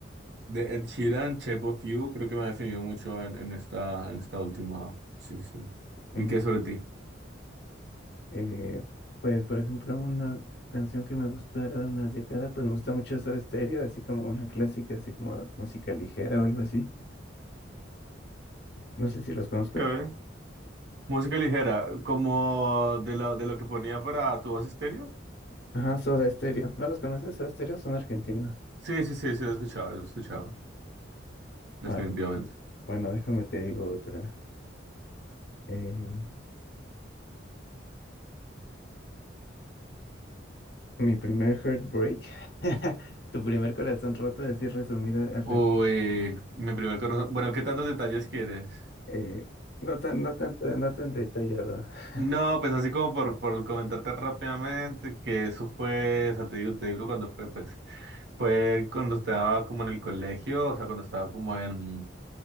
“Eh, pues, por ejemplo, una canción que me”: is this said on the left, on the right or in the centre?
Left